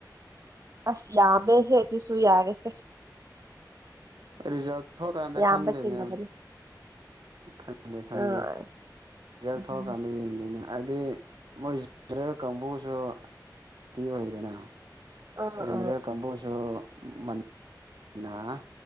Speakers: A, on the right (about 50°); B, on the right (about 75°).
A: ꯑꯁ ꯌꯥꯝꯃꯦꯍꯦ ꯑꯗꯨꯁꯨ ꯌꯥꯔꯁꯦ
B: ꯔꯤꯖꯥ ꯊꯣꯛꯀꯥꯟꯗ
A: ꯌꯥꯝꯕ
B: ꯈꯪꯗꯣꯏꯅꯦ
A: ꯆꯤꯡꯉꯕꯅꯦ
B: ꯈꯪꯗꯦ ꯈꯪꯗꯦ
A: ꯑꯥ
B: ꯔꯤꯖꯥꯜ
A: ꯑꯗꯨꯅꯤ
B: ꯊꯧꯔꯀꯥꯟꯗ ꯌꯦꯡꯗꯣꯏꯅꯦ ꯍꯥꯏꯗꯤ ꯃꯣꯏꯦꯜ ꯀꯥꯡꯕꯨꯁꯨꯇꯤ ꯑꯣꯏꯗꯅ
A: ꯑꯥ
B: ꯖꯗꯌꯥ
A: ꯑꯥ
B: ꯀꯝꯕꯨꯣꯁꯨ ꯃ ꯑꯩꯅ